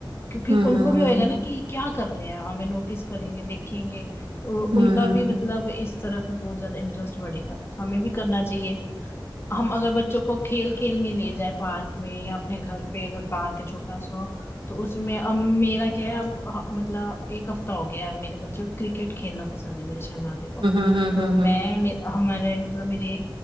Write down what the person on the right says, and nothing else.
ہوں
ہوں
ہوں